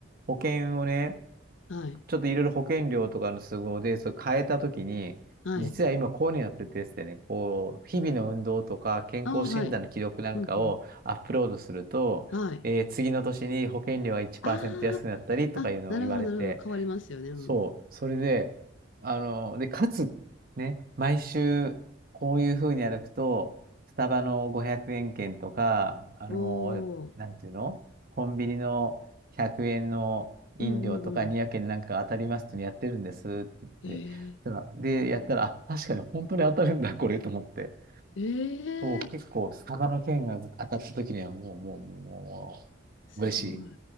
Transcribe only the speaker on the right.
保険をね、
ちょっといろいろ保険料とかの都合で、それ変えたときに、
実は今こういうのやっててですね、こう、日々の運動とか健康診断の記録なんかをアップロードすると、
えー次の年に保険料が1%
安くなったりとかいうのを言われて、
そう。それで、あの、で、かつ、ね、毎週、こういうふうに歩くと、スタバの500円券とか、あの、
なんていうのコンビニの100円の飲料とか200円なんか当たりますってやってるんですって言って、
そしたらで、やったら、あ、確かに本当に当たるんだ、これと思って。
そう、結構、スタバの券が当たった時にはもう、もう、もう、も
う嬉しい。